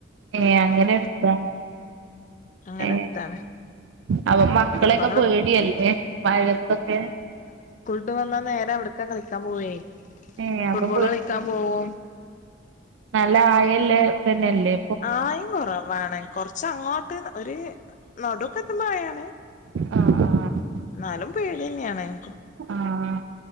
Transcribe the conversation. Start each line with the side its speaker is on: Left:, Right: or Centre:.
Right: ഏഹ് അങ്ങെനെര്ത്താ
Left: അങ്ങനെ
Right: ഏഹ്
Left: അടുത്താണ്
Right: അപ്പൊ മക്കളേക്കെ
Left: അപ്പൊ ഇങ്ങള്
Right: പേടിയാലേ മയതൊക്കെ
Left: ട്ടവന്നാ നേരെ അവിടക്കകളിക്കാൻ പോവേ
Right: ഏഹ്
Left: ഫുട്ബോള്കളിക്കാൻ
Right: അപ്പൊ
Left: പോവും.
Right: ന്നല്ല ആയെല്ലേ ഇതെന്നെയല്ലേ?
Left: ആയം കൊർവാണ് കൊർച്ചങ്ങോട്ട് ഒര് നടുക്കെ എത്തുമ്പോആയാണ്.
Right: ആഹ്, ആഹ്
Left: ന്നാലും പേടിയെന്നെണ് ഇൻക്ക്.
Right: ആഹ്